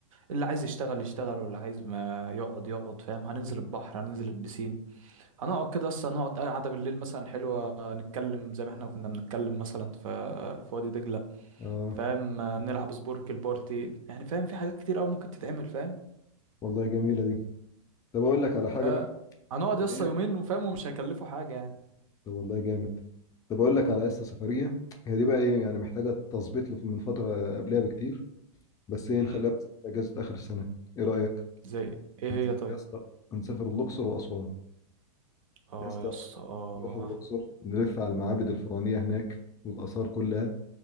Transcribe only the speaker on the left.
اه
والله جميله دي طب اقول لك على
حاجه بقى
يعني
إيه؟
طب والله جامد طب اقول لك على قصه سفريه هي دي بقى ايه يعني محتاجه تظبيط لف- من فتره قبلها بكتير بس ايه
نخليها بس في اجازه اخر السنه ايه رايك
هنسافر
يا اسطى هنسافر الاقصر واسوان
يا اسطى
نروح الاقصر نلف على المعابد الفرعونيه هناك والاثار كلها